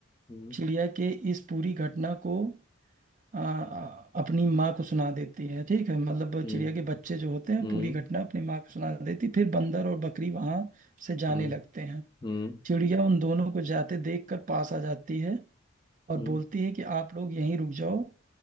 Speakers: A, on the left (about 20°); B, on the right (about 35°).
A: हम्म
B: चिड़िया के इस पूरी घटना को आ, आ, अपनी माँ को सुना देती है ठीक है मतलब
A: हम्म
B: चिड़िया के बच्चे जो होते हैं
A: हम्म
B: पूरी घटना अपनी माँ को सुना देती फिर बंदर और बकरी वहां से जाने
A: हम्म
B: लगते हैं
A: हम्म
B: चिड़िया उन दोनों को जाते देख कर पास आ जाती है और
A: हम्म
B: बोलती है कि आप लोग यहीं रुक जाओ